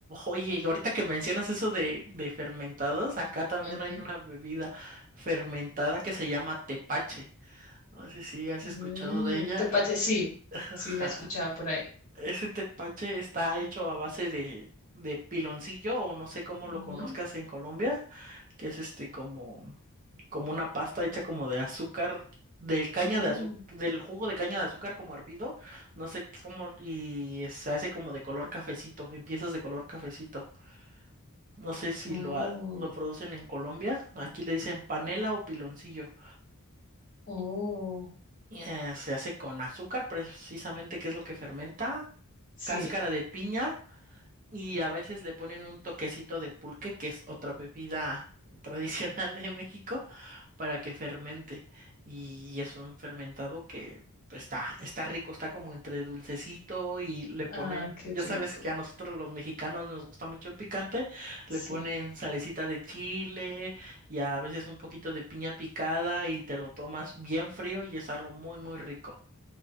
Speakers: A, on the right; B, on the left.
A: Oye, ahorita que mencionas eso de, de fermentados, acá también
B: Ujú.
A: hay una bebida fermentada que se llama tepache. No sé si has
B: Mm,
A: escuchado de ella.
B: tepache, sí,
A: <laughs> Ajá.
B: sí la he escuchado por ahí.
A: Ese tepache está hecho a base de, de piloncillo o no sé cómo
B: Ujú.
A: lo conozcas en Colombia. que es este como, como una pasta hecha como de azúcar, de caña
B: Oh,
A: de azúcar, del jugo de caña de azúcar como hervido, no sé cómo, y se hace como de color cafecito, en piezas de color cafecito. No sé si
B: oh,
A: lo, ha- lo producen en Colombia, aquí le dicen panela o piloncillo.
B: oh,
A: Eh, se hace con azúcar, precisamente, que es lo que fermenta,
B: sí.
A: cáscara de piña. Y a veces le ponen un toquecito de pulque, que es otra bebida <laughs> tradicional de México. para que fermente. Y es un fermentado que pues, está, está rico, está como entre dulcecito y le ponen,
B: Ay, qué
A: ya
B: rico.
A: sabes que a nosotros los mexicanos nos gusta mucho el picante, le
B: Sí.
A: ponen salecita de chile y a veces un poquito de piña picada y te lo tomas bien frío y es algo muy, muy rico.